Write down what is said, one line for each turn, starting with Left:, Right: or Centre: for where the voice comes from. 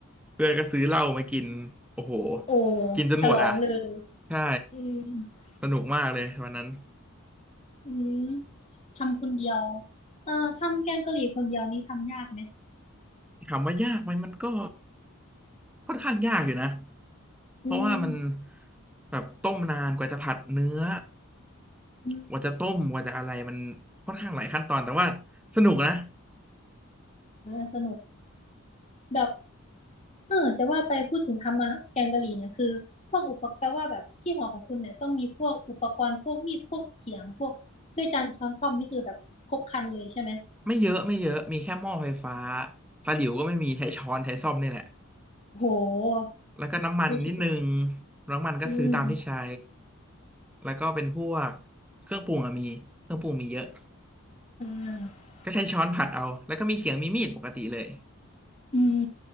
Centre: เพื่อนก็ซื้อเหล้ามากินโอ้โห
Left: โอ้
Centre: กินจนหมดอ่ะ
Left: ฉลองเลย
Centre: ใช่
Left: อืม
Centre: สนุกมากเลยวันนั้น
Left: อืมทำคนเดียวเอ่อทำแกงกะหรี่คนเดียวนี่ทำยากไหม
Centre: ถามว่ายากไหมมันก็ค่อนข้างยากอยู่นะเพราะว่ามัน
Left: อืม
Centre: แบบต้มนานกว่าจะผัดเนื้อ
Left: อืม
Centre: กว่าจะต้มกว่าจะอะไรมันค่อนข้างหลายขั้นตอนแต่ว่าสนุกนะ
Left: เออสนุกแบบ เออจะว่าไปพูดถึงทำมาแกงกะหรี่เนี่ยคือพวกอุปกรณ์แปลว่าแบบที่หอของคุณเนี่ยต้องมีพวกอุปกรณ์พวกมีดพวกเขียงพวกเ้ืยอจานช้อนส้อมนี่คือแบบครบครันเลยใช่ไหม
Centre: ไม่เยอะไม่เยอะมีแค่หม้อไฟฟ้าสลิ่วก็ไม่มีใช้ช้อนใช้ส้อมนี่แหละ
Left: โห
Centre: แล้วก็น้ำมันนิดนึง
Left: ซูชิ
Centre: น้ำมันก็ซื้อตามที่ใช้
Left: อืม
Centre: แล้วก็เป็นพวกเครื่องปรุงอะมีเครื่องปรุงมีเยอะ
Left: อ่า
Centre: ก็ใช้ช้อนผัดเอาแล้วก็มีเขียงมีมีดปกติเลย
Left: อืม